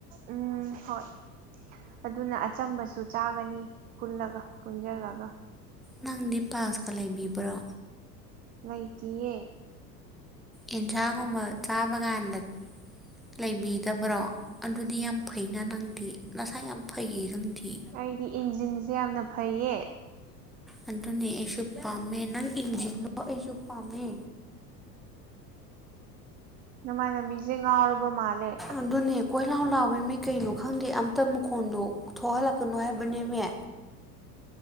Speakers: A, on the right; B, in the centre.
A: ꯎꯝ ꯍꯣꯏ ꯑꯗꯨꯅ ꯑꯆꯝꯕꯁꯨ ꯆꯥꯒꯅꯤ ꯄꯨꯜꯂꯒ ꯄꯨꯟꯁꯤꯜꯂꯒ
B: ꯅꯪꯗꯤ ꯄꯥꯜꯁꯀ ꯂꯩꯕꯤꯕ꯭ꯔꯣ
A: ꯂꯩꯏꯇꯤꯌꯦ
B: ꯑꯦꯟꯁꯥꯡꯒꯨꯝꯕ ꯆꯥꯕ ꯀꯥꯟꯗ ꯂꯩꯕꯤꯗꯕ꯭ꯔꯣ ꯑꯗꯨꯗꯤ ꯌꯥꯝ ꯐꯩꯅ ꯅꯪꯗꯤ ꯅꯁꯥ ꯌꯥꯝ ꯐꯩꯌꯦ ꯅꯪꯗꯤ
A: ꯑꯩꯗꯤ ꯏꯟꯖꯤꯟꯁꯦ ꯌꯥꯝꯅ ꯐꯩꯌꯦ
B: ꯑꯗꯨꯗꯤ ꯑꯩꯁꯨ ꯄꯥꯝꯃꯦ ꯅꯪ ꯏꯟꯖꯤꯟꯗꯨꯃꯛ ꯑꯩꯁꯨ ꯄꯥꯝꯃꯦ
A: ꯅꯃꯥꯟꯅꯕꯤꯁꯦ ꯉꯥꯎꯔꯕ ꯃꯥꯜꯂꯦ
B: ꯑꯗꯨꯅꯦ ꯀꯣꯏ ꯂꯥꯎ ꯂꯥꯎꯋꯦ ꯃꯤ ꯀꯩꯅꯣ ꯈꯪꯗꯦ ꯑꯝꯇ ꯃꯈꯣꯟꯗꫭ ꯊꯣꯛꯍꯜꯂꯛꯀꯅꯣ ꯍꯥꯏꯕꯅꯦꯃꯦ